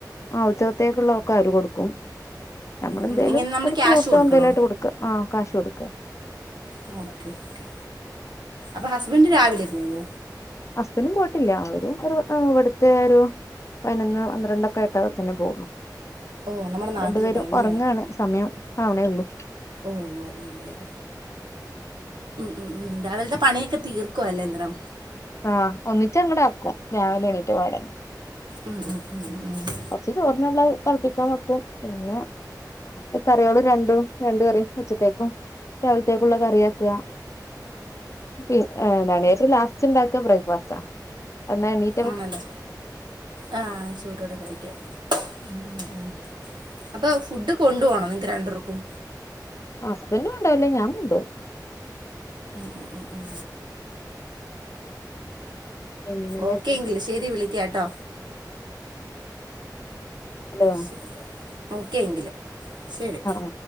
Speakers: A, on the left; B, on the right.
A: ആഹ് ഉച്ചകത്തേക്കുള്ള ഒക്കെ അവര് കൊടുക്കും. നമ്മള് എന്തേലും
B: ഉം ഇങ്ങനെ നമ്മള്
A: ഒരു
B: ക്യാഷ്
A: ഫ്രൂട്ടോ
B: കൊടുക്കണോ
A: എന്തേലും ആയിട്ട് കൊടുക്ക. ആഹ് കാശ് കൊടുക്ക.
B: ആഹ്, ഓക്കെ ഓക്കെ. അപ്പം ഹസ്ബൻഡ് രാവിലെ പോവോ?
A: ഹസ്ബൻഡും പോയിട്ടില്ല, അവരും ഒരു ഏഹ് ഇവിടുത്തെ ഒരു പതിനൊന്ന് പന്ത്രണ്ടൊക്കെ ആയിട്ട തന്നെ പോവുള്ളൂ.
B: ഓ നമ്മുടെ നാട്ടിലെ
A: രണ്ടു പേരും
B: ടൈം
A: ഒറങ്ങാണ്,
B: അല്ലേ
A: സമയം ആവണേ ഉള്ളൂ.
B: ഓഹ്, അതെ അതെ അതെ. ഉം ഉം ഉം രാവിലത്തെ പണിയൊക്കെ തീർക്കു അല്ലെ അന്നേരം.
A: ആഹ്, ഒന്നിച്ച് അങ്ങട് ആക്കും രാവിലെ എണീറ്റ പാടെ
B: ആഹ് ആഹ് ആഹ് ആഹ്.
A: കൊറച്ച് ചോറിന്ള്ളത് തളപ്പിക്കാൻ വെക്കും, പിന്നെ. കറിയേള് രണ്ടും രണ്ട് കറിയും ഉച്ചത്തേക്കും രാവിലത്തേക്കുള്ള കറിയാക്ക ഏയ്, എന്താണ് ഏറ്റവും ലാസ്റ്റ് ണ്ടാക്ക ബ്രേക്ക്ഫാസ്റ്റാണ്. അന്ന എണീ
B: ആണല്ലേ, ആഹ് ശ <unintelligible> അപ്പോ ഫുഡ് കൊണ്ട് ഓണൊ,? നിങ്ങക്ക് രണ്ട്ര്ക്കും.
A: ഹസ്ബന്റ് കൊണ്ടോവൽല്ല, ഞാൻ കൊണ്ടോവും.
B: ഉം ഉം ഉം ഉം
A: പിന്നെന്തൊക്കെ
B: ഓക്കെ എങ്കി ശരി. വിളിക്കാട്ടോ
A: ഹലോ
B: ശരി ഓക്കെ എങ്കില് ശരി
A: ആഹ്